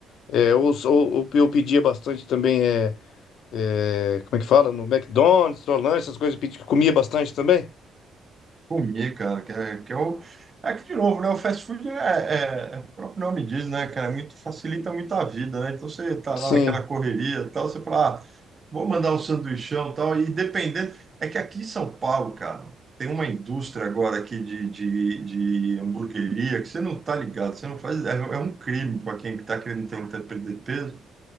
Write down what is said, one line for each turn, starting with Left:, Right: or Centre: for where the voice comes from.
Left: É, ou, ou, ou eu pedia bastante também. É, é, como é que fala? No McDonald's, Solange, essas coisas que pedi- comia bastante também?
Right: Comer, cara, que é, que é o. Aqui de novo, né? O fast food é, é- é- o próprio nome diz, né, cara? é Muito, facilita muito a vida, né? Então você tá
Left: Sim.
Right: lá naquela correria e tal, você fala, ah, vou mandar um sanduichão e tal, e dependendo. É que aqui em São Paulo, cara, tem uma indústria agora aqui de, de, de hamburgueria que você não tá ligado, você não faz. É, é um crime para quem tá querendo tentar perder peso.